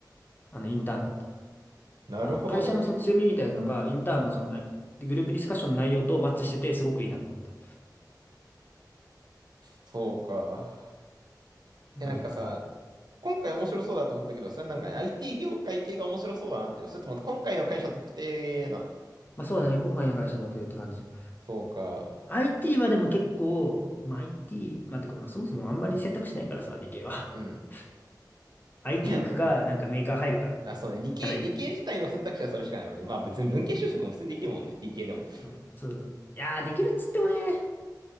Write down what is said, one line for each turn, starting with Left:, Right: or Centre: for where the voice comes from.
Left: あの、インターンだった。
Right: なるほどね。
Left: まあ、会社のその強みみたいなのが、インターンのその内、グループディスカッションの内容とマッチしてて、すごくいいなと思った。そ
Right: そうか。
Left: ういう感じだった。
Right: え、なんかさ、今回面白そうだと思ったけど、それなんか IT 業界系が面白そうだなっていう。それとも今回の会社特定なの
Left: まあ、そうだね。
Right: なんか、
Left: 今回の会社だけって感じ。
Right: そうか。
Left: IT はでも結構、まあ、IT、まあ、てか、まあ、そもそもあんまり選択肢ないからさ、理系は。
Right: うん。
Left: <laughs> IT
Right: <laughs> いや、
Left: 行くか、
Right: ま
Left: なんかメーカー入るか、
Right: あ、あそうね。理系、
Left: しかないのよ。
Right: 理系自体の選択肢はそれしかないもんね。まあ別に文系就職も普通にできるもんね。理系でも。
Left: うん、そうそう。いやー、できるっつってもね、